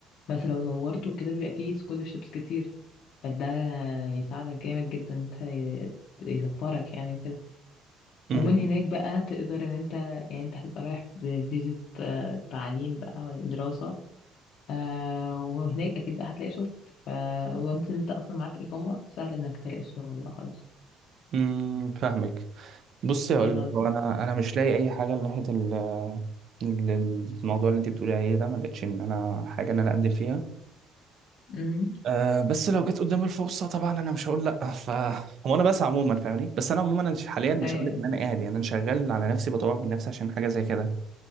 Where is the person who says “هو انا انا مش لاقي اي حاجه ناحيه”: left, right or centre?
Right